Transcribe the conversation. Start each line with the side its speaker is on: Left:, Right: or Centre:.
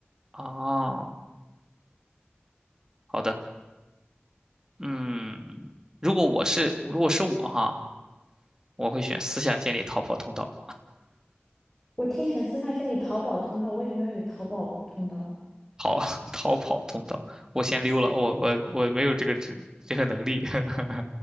Right: 啊，好的。嗯，如果我是如果是我哈，我会选私下建立逃跑通道，
Centre: 我听成私下建立淘宝通道，为什么要有淘宝通道？
Right: 逃 <laughs> 逃跑通道，我先溜了，我我我没有这个职这个能力。<laughs>